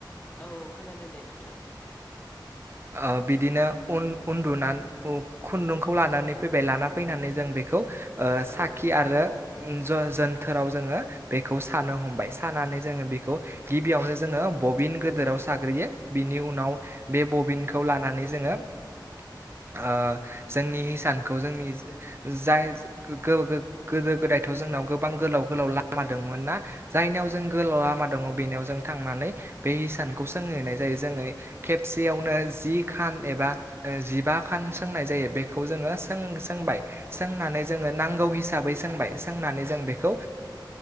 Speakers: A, on the left; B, on the right.
A: औ खोनादों दे नोंथां
B: ओ बिदिनो उन उन्दुनानै खुन्दुंखौ लानानै फैबाय लाना फैनानै जों बेखौ ओ
A: औ
B: साखि
A: औ
B: आरो ज जोन बोथोराव जोङो बेखौ सानो हमबाय सानानै जोङो बेखौ गिबियावनो जोङो बबिन गोदोराव साग्रोयो बिनि उनाव बे बबिनखौ लानानै जोङो <inaudible> जोंनि हिसानखौ जोंनि जाय गो-गो- गोदो थ' जोंनाव गोबां गोलाव गोलाव लामा दंमोन ना जायनिाव जों गोलाव लामा द थांनानै बे हसानखौ सोंनाय जायो जोङो खेबसेयावनो जि ख एब बा जिबा खान सोंनाय जायो बेखौ जोङो सोंबाय
A: औ औ नंगौ
B: सोंनानै
A: नंगौ
B: जोङो नांगौ हिसाबै हिसाबै सोंबाय सोंनानै जों बेखौ